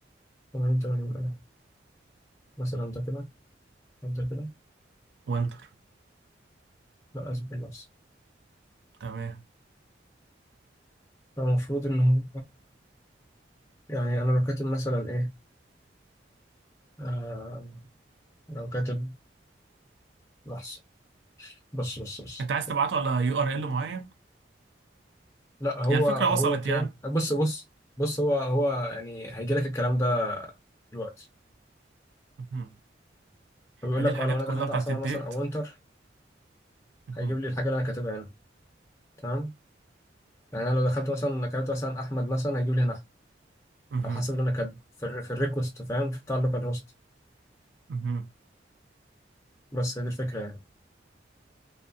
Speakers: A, on the left (about 15°); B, on the right (about 70°).
A: 8080 مثلا ده كده أو ده كده
B: وانتر
A: لا اصبر بس
B: تمام
A: فالمفروض ان هو يعني انا لو كاتب مثلا ايه آه لو كاتب لحظة بص بص بص
B: انت عايز تبعته على يو ار ال معين
A: لا هو
B: هي الفكره
A: هو
B: وصلت
A: كان
B: يعني
A: بص بص بص هو هو يعني هيجي لك الكلام ده دلوقتي
B: مهم.
A: فبيقول
B: هذه
A: لك
B: الحاجات
A: اه لو انا
B: كلها
A: دخلت
B: بتاعت
A: على سمر
B: الديت
A: مثلا او وينتر
B: مهم.
A: هيجيب لي الحاجه اللي انا كاتبها هنا تمام يعني انا لو دخلت مثلا كتبت مثلا احمد مثلا هيجيب لي هنا أحمد،
B: مهم.
A: على حسب اللي انا كاتبه في الر- في الريكوست فاهم في بتاع اللوكال هوست
B: مهم.
A: بس هي دي الفكره يعني